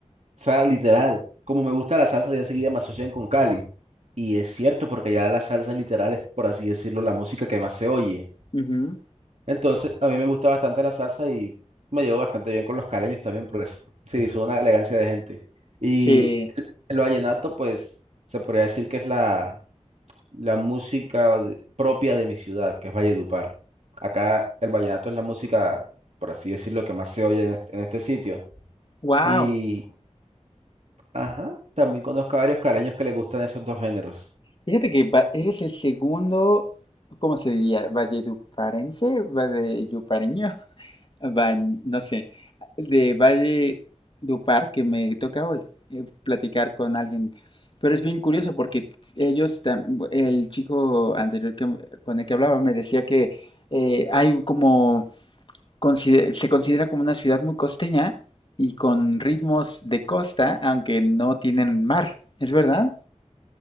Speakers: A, on the right (about 65°); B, on the left (about 45°).
A: o sea, literal, como me gusta la salsa, ya enseguida me asocian con Cali. Y es cierto, porque ya la salsa literal es, por así decirlo, la música que más se oye.
B: ujú.
A: Entonces, a mí me gusta bastante la salsa y me llevo bastante bien con los caleños también, por eso. Sí, son una elegancia de gente. Y
B: Sí,
A: el vallenato, pues, se podría decir que es la, la música de- propia de mi ciudad, que es Valledupar. Acá el vallenato es la música, por así decirlo, que más se oye en este en este sitio.
B: wow.
A: y Ajá, también conozco a varios caleños que les gustan esos dos géneros.
B: Fíjate que va- eres el segundo, ¿cómo se diría? Valleduparense, valledupareño, <laughs> va- no sé, de Valledupar que me toca hoy eh, platicar con alguien. Pero es bien curioso porque ellos, tam- el chico anterior que- con el que hablaba me decía que eh, hay como, consider- se considera como una ciudad muy costeña y con ritmos de costa, aunque no tienen mar. ¿Es verdad?